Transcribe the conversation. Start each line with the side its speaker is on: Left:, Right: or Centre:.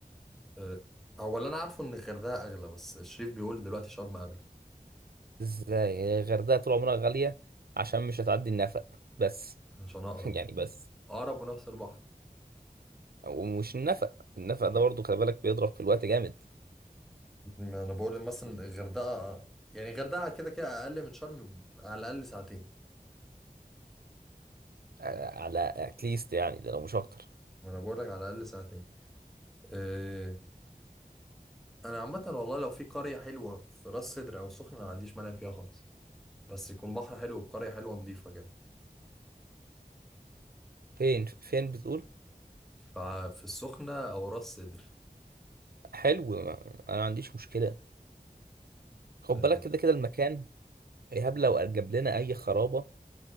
Centre: أه، هو اللي انا عارفه ان الغردقه اغلى بس الشريف بيقول دلوقتي شرم اغلى
Right: ازاي الغردقة طول عمرها غالية عشان مش هتعدي النفق بس
Centre: عشان اقرب
Right: <laughs> يعني بس
Centre: اقرب ونفس البحر
Right: ومش النفق النفق ده برضو خلي بالك بيضرب في الوقت جامد
Centre: ما انا بقول مثلا الغردقه يعني الغردقه كده كده اقل من شرم على الاقل ساعتين
Right: على على اتليست يعني ده لو مش اكتر
Centre: ما انا بقول لك على الاقل ساعتين أه، انا عامه والله لو في قريه حلوه في راس سدر او السخنه ما عنديش مانع فيها خالص بس يكون بحر حلو وقريه حلوه نظيفه كده
Right: فين فين بتقول
Centre: ففي السخنه او راس سدر
Right: حلو ما- انا ما عنديش مشكله خد
Centre: أه،
Right: بالك كده كده المكان ايهاب لو جاب لنا اي خرابه